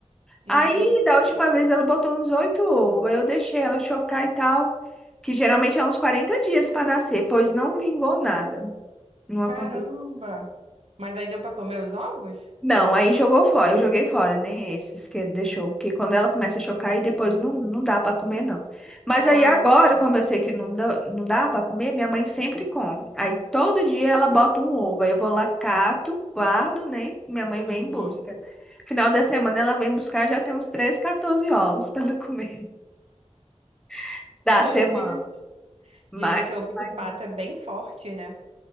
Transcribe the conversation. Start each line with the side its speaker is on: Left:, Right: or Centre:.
Right: Entendi.
Centre: Aí, da última vez, ela botou uns oito ovos, aí eu deixei ela chocar e tal, que geralmente é uns 40 dias para nascer, pois não vingou nada. Não
Right: Caramba.
Centre: aconteceu.
Right: Mas aí deu pra comer os ovos?
Centre: Não, aí jogou fora, eu joguei fora, nem esses que deixou, que quando ela começa a chocar e depois não, não dá pra comer não. Mas
Right: Ah,
Centre: aí agora, como eu sei que não dá, não dá para comer, minha mãe sempre come. Aí todo dia ela bota um ovo, aí eu vou lá cato, guardo, né? Minha mãe vem
Right: uhum.
Centre: em busca. Final da semana ela vem buscar, já tem uns 13, 14 ovos pra ela comer <laughs> da
Right: Meu
Centre: semana.
Right: Deus.
Centre: Mas,
Right: Dizem que ovo de
Centre: mas,
Right: pato
Centre: hein?
Right: é bem forte, né?